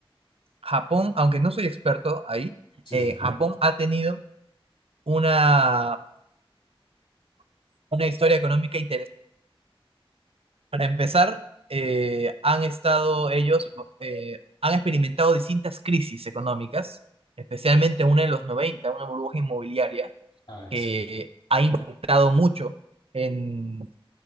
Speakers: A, on the right; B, on the left.
A: Japón, aunque no soy experto ahí,
B: Sí,
A: eh,
B: sí.
A: Japón ha tenido una, una historia económica interesante. Para empezar, eh, han estado ellos, eh, han experimentado distintas crisis económicas, especialmente una en los 90, una burbuja inmobiliaria
B: Ah, exacto.
A: que ha impactado mucho en,